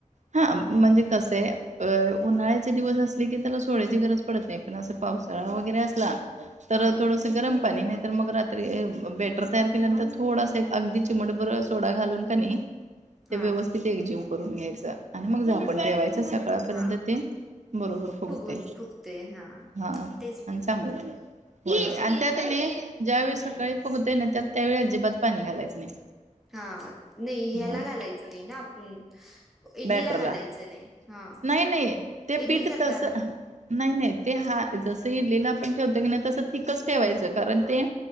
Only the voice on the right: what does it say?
हा म्हणजे कसं आहे. अ उन्हाळ्याचे दिवस असले की त्याला सोड्यायची गरज पडत नाही. पण असं पावसाळा वगैरे असला तर
थोडस गरम पाणी नाही तर मग रात्री बॅटर तयार केल्यानंतर थोडासा अगदी चिमटभर सोडा घालून कनी
ते व्यवस्थित एकजीव करून घ्यायचा. आणि मग झाकून
ठेवायचं सकाळपर्यंत
ते बरोबर फुगतय.
हा
आणि चांगलं
आणि
त्यात ज्यावेेळी
सकाळी फुघत आहे ना त्यात, त्यावेळी अजिबात पाणी घालायचं नाही.
हां,
बॅटरला.
नाही, नाही. ते
पीठ
तसं हं, नाही नाही ते हा जसं इडलीला आपण ठेवतो की नाही तस थिकच ठेवायचं कारण ते,